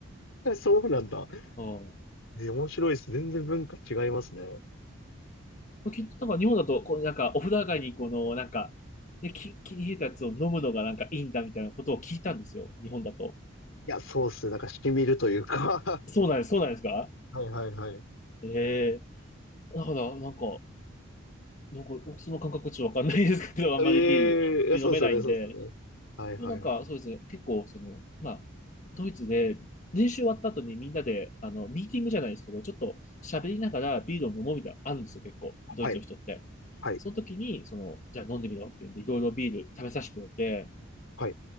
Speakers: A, on the left (about 70°); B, on the left (about 35°).
A: <laughs> そうなんだ。
B: う
A: えー、面白いです。全然文化違いますね。
B: ん。きっとなんか日本だと、こうなんか、お風呂上がりにこの、なんか、ね、き、気に冷えたやつを飲むのがなんかいいんだみたいなことを聞いたんですよ。日本だと。
A: いや、そうっすね。なんか、染みるというか
B: そうなんです、そうなんですか
A: <laughs> はいはいはい。
B: ええだから、なんか、なんか、僕その感覚ちょっとわかんないですけど、
A: <laughs>
B: あんまりビール、
A: ええいや、
B: ビール飲めないんで、
A: そうですよね、そうですよね。はいはいはい。
B: でもなんか、そうですね。結構、その、まあ、ドイツで、練習終わった後にみんなで、あの、ミーティングじゃないですけど、ちょっと喋りながらビールを飲もうみたいなのあるんですよ、結構。
A: はい、
B: ドイツの人って。
A: はい、
B: その時に、その、じゃあ飲んでみようって言うんで、いろいろビール食べさせてくれて、
A: は